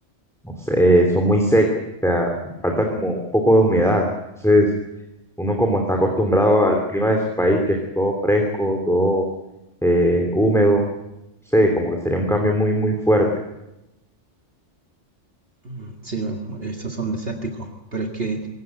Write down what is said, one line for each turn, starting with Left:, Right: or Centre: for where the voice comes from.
Centre: no sé, son muy secos, o sea, falta como un poco de humedad. Entonces, uno como está acostumbrado al clima de su país, que es todo fresco, todo eh, húmedo, no sé, como que sería un cambio muy, muy fuerte.
Right: Mm, Sí, bueno, esos son desérticos, pero es que